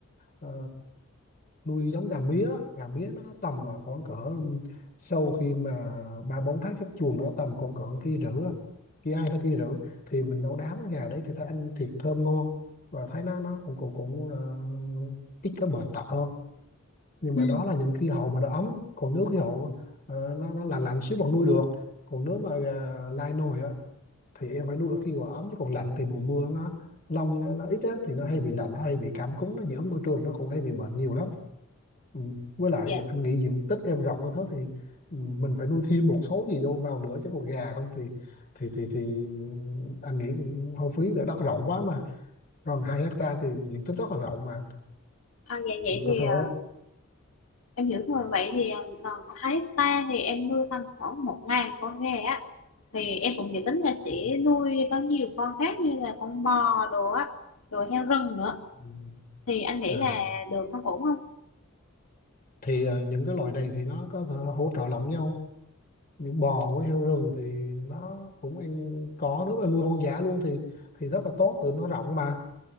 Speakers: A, on the left; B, on the left.
A: ờ, nuôi giống gà mía gà mía nó tầm ờ, khoảng cỡ sau khi mà ba bốn tháng xuất chuồng nó tầm khoảng cỡ kia rưỡi á, kia hai tới kia rưỡi thì mình nấu đám gà đấy thì thấy ăn thịt thơm ngon và thấy nó nó cũng cũng cũng ờ, ít cái bệnh tật hơn nhưng
B: Ừ,
A: mà đó là những khí hậu mà nó ấm còn nếu khí hậu ờ, nó nó là lạnh xíu vẫn nuôi được còn nếu mà gà lai nồi á thì em phải nuôi ở khi mà ấm chứ còn lạnh thì mùa mưa nó lông nó, nó ít á thì nó hay bị lạnh nó hay bị cảm cúm nó dị ứng môi trường nó cũng hay bị bệnh nhiều lắm ừ. với
B: à,
A: lại
B: dạ
A: anh nghĩ diện tích em rộng như thế thì ừ, mình phải nuôi thêm một số gì vô vào nữa chứ còn gà không thì thì thì thì anh nghĩ cũng hơi phí tại đất rộng quá mà còn hai hecta thì diện tích rất là rộng mà
B: à, dạ vậy
A: mình có
B: thì
A: thể
B: ờ, em hiểu rồi vậy thì ờ, còn Thái ta thì em nuôi tầm khoảng một ngàn con gà á thì em cũng dự tính là sẽ
A: ừ,
B: nuôi có nhiều con khác như là con bò đồ á rồi heo rừng nữa
A: ừ,
B: thì anh nghĩ
A: à,
B: là được không ổn không
A: thì à, những cái loài này thì nó có thể hỗ trợ lẫn nhau như bò với heo rừng thì nó cũng ăn có nếu mà nuôi hoang dã luôn thì thì rất là tốt tụi nó rộng mà